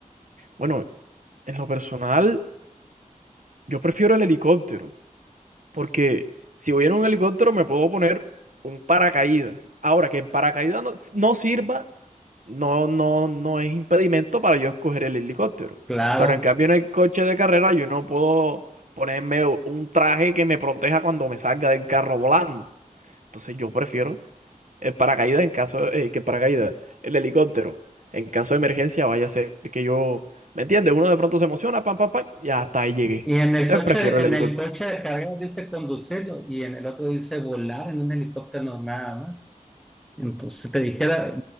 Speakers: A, on the right; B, in the centre.
A: Bueno, en lo personal, yo prefiero el helicóptero, porque si voy en un helicóptero me puedo poner un paracaídas. Ahora, que el paracaídas no, no sirva, no, no, no es impedimento para yo escoger el helicóptero.
B: Claro.
A: Pero en cambio en el coche de carrera yo no puedo ponerme un traje que me proteja cuando me salga del carro volando. Entonces yo prefiero el paracaídas en caso eh, que paracaídas, el helicóptero, en caso de emergencia, vaya a ser que yo, ¿me entiendes? Uno de pronto se emociona, pam, pam, pam, y hasta ahí llegué.
B: Y en el
A: Entonces
B: coche,
A: prefiero el
B: en
A: helicóptero.
B: el coche de carreras dice conducirlo y en el otro dice volar en un helicóptero nada más. Entonces, si te dijera